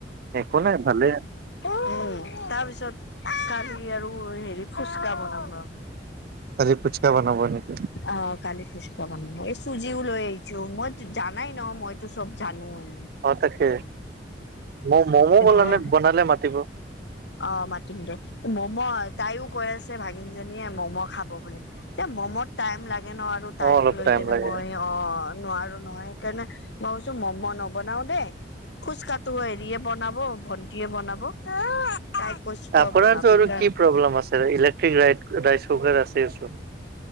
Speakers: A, on the right (about 55°); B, on the left (about 70°).
A: একো নাই ভালে
B: উম তাৰপিছত কালি আৰু হেৰি ফুচকা বনাম ৰ
A: আজি পুচকা বনাব নেকি?
B: আহ কালি ফুচকা বনাম ন এই চুজিও লৈ আহিছো মই জানাই ন মইতো সব জানোএ
A: অ তাকে ম মমো বলানে
B: ঘৰত
A: বনালে মাতিব
B: অ' মাতিম দে, মম তাইও কৈ আছে যে ভাগিন জনীয়ে ম'ম' খাব বুলি, এতিয়া ম'মত টাইম লাগে ন, আৰু তাইক
A: অ অলপ
B: লৈ
A: টাইম
B: কেনে
A: লাগে
B: মই অ', নোৱাৰো নহয়, সেইকাৰণে মই ভাবিছো মম' নবনাও দেই। ফুচকাটো হেৰিয়ে বনাব, ভন্টিয়ে বনাব। তাইক কৈছো ত
A: আপোনাৰতো
B: বনাবি
A: আৰু
B: সেকাৰণ
A: কি প্ৰব্লেম আছেনো ইলেক্ট্ৰিক ৰাট ৰাইচ কুকাৰ আছে চোন।